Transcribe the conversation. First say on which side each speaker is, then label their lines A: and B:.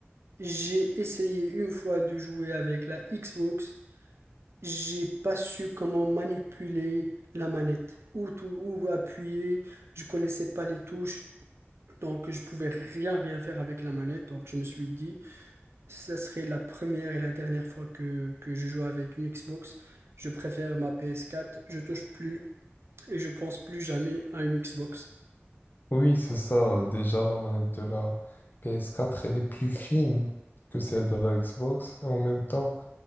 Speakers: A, on the right (about 70°); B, on the left (about 45°).
A: J'ai essayé une fois de jouer avec la Xbox, j'ai pas su comment manipuler la manette, où tout, où appuyer, je connaissais pas les touches, donc je pouvais rien rien faire avec la manette, donc je me suis dit, ça serait la première et la dernière fois que, que je joue avec une Xbox. Je préfère ma PS4, je touche plus et je pense plus jamais à une Xbox.
B: Oui, c'est ça. Déjà, la manette de la PS4, elle est plus fine que celle de la Xbox. Et en même temps,